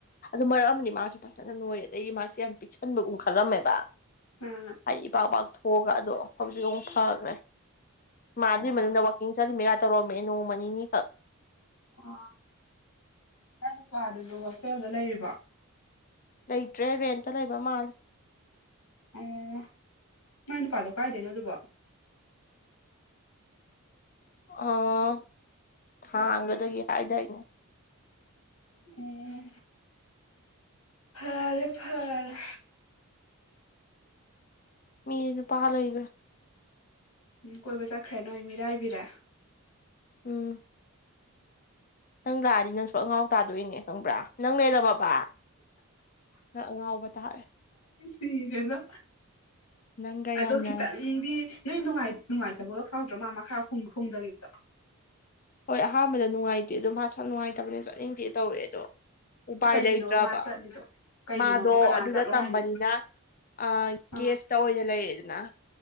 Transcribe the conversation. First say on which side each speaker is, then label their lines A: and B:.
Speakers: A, on the left; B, on the left.
A: ꯑꯗꯨ ꯃꯔꯛ ꯑꯃꯅꯤ ꯃꯥꯁꯨ ꯐꯖꯅ ꯅꯣꯏꯔꯦ ꯑꯗꯒꯤ ꯃꯥꯁꯦ ꯌꯥꯝ ꯄꯤꯛꯁꯟꯕꯒꯨꯝ ꯈꯜꯂꯝꯃꯦꯕ
B: ꯑ
A: ꯑꯩ ꯏꯄꯥꯛ ꯄꯄꯥꯛꯥꯛ ꯊꯣꯛꯑꯒ ꯑꯗꯣ ꯍꯧꯖꯤꯛ ꯐꯈ꯭ꯔꯦ ꯃꯥ ꯑꯗꯨꯏ
B: ꯑꯣ
A: ꯃꯅꯨꯡꯗ ꯋꯥꯋꯥꯛꯀꯤꯡ ꯆꯠꯂꯤꯃꯤꯒ ꯇꯧꯔꯝꯃꯦ ꯅꯣꯡꯃ ꯅꯤꯅꯤꯈꯛ
B: ꯑ ꯏꯅꯥ ꯅꯨꯄꯥꯗꯨꯁꯨ ꯍꯣꯁꯇꯦꯜꯗ ꯂꯩꯔꯤꯕ
A: ꯂꯩꯇ꯭ꯔꯦ ꯔꯦꯟꯇ ꯂꯩꯕ ꯃꯥꯜꯂꯦ
B: ꯑꯣ ꯃꯣꯏ ꯅꯨꯄꯥꯗꯣ ꯀꯥꯏꯗꯣꯏꯅꯣ ꯑꯗꯨꯕꯣ
A: ꯑꯣ ꯊꯥꯡꯒꯒꯦ ꯍꯥꯏꯗꯥꯏꯅꯦ
B: ꯎꯝ ꯐꯔꯦ ꯐꯔꯦ
A: ꯃꯤꯔꯤꯅ ꯄꯥ ꯂꯣꯏꯒ
B: ꯎꯝ ꯀꯣꯏꯕ ꯆꯠꯈ꯭ꯔꯦ ꯅꯣꯏ ꯏ ꯃꯤꯔꯥ ꯍꯥꯏꯕꯤꯔꯥ
A: ꯎꯝ ꯅꯪ ꯂꯥꯛꯑꯗꯤ ꯅꯪꯁꯨ ꯑꯉꯥꯎ ꯇꯥꯗꯣꯏꯅꯦ ꯈꯪꯕ꯭ꯔꯥ ꯅꯪ ꯂꯩꯔꯝꯃꯕ ꯅꯪ ꯑ ꯉꯥꯎꯕ ꯇꯥꯔꯦ
B: ꯁꯤꯅꯦꯅ
A: ꯅꯪꯒ
B: ꯑꯗꯣ
A: ꯌꯥꯝꯅ
B: ꯈꯤꯇꯪꯗꯤ ꯅꯣꯏꯅꯨꯡ ꯅꯨꯡꯉꯥꯏꯇꯕꯒ ꯐꯥꯎꯗ꯭ꯔꯣ ꯃꯥ ꯃꯥ ꯥ ꯈꯣꯡꯈꯣꯡꯗꯒꯤꯇ
A: ꯍꯣꯏ ꯑꯍꯥꯟꯕꯗ ꯅꯨꯡꯉꯥꯏꯇꯦ ꯑꯗꯣ ꯃꯥ ꯁ ꯅꯨꯡꯉꯥꯏꯇꯕꯅꯦ ꯆꯠꯅꯤꯡꯗꯦ ꯇꯧꯔꯦ ꯑꯗꯣ ꯎꯄꯥꯏ
B: ꯀꯩꯒꯤꯅꯣꯕ
A: ꯂꯩꯇ꯭ꯔꯕ
B: ꯃꯥ ꯆꯠꯂꯤꯗꯣ ꯀꯩꯒꯤꯅꯣꯕ
A: ꯃꯥꯗꯣ
B: ꯀꯅꯥ
A: ꯑꯗꯨꯗ
B: ꯆꯠꯂꯣ
A: ꯇꯝꯕꯅꯤꯅ
B: ꯍꯥꯏꯅꯣ
A: ꯑ
B: ꯑꯥ
A: ꯒꯦꯁꯇ ꯑꯣꯏꯅ ꯂꯩꯔꯦꯗꯅ